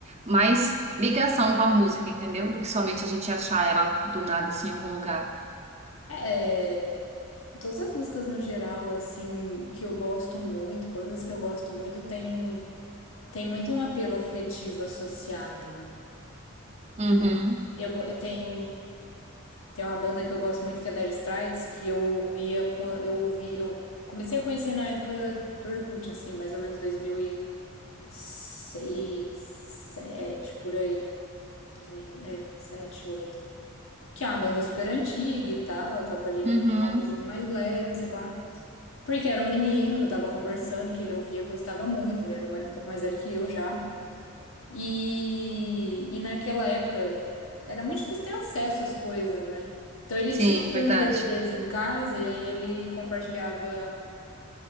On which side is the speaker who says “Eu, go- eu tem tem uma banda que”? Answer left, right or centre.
Left